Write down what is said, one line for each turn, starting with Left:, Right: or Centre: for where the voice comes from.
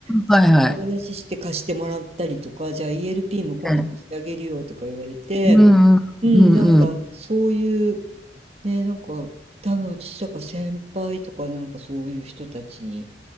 Right: それでお話しして貸してもらったりとか、
Centre: はいはい。
Right: じゃあ ELP も今度貸してあげるよとか言われて、
Centre: ええ。うんうんうんうん。
Right: うん、なんかそういう、ね、なんか多分私とか先輩とかなんかそういう人たちに